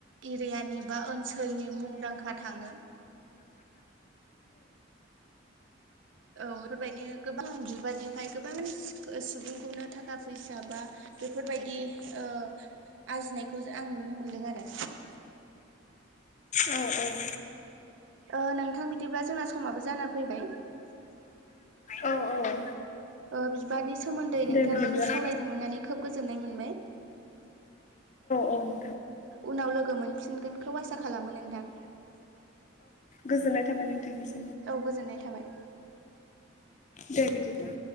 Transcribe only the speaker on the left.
औ औ।
औ औ।
दे बिदिब्ला
औ
औ नोंथां
गोजोन्नाय थाबाय नोंथांनिसिम।
दे बिदिब्ला।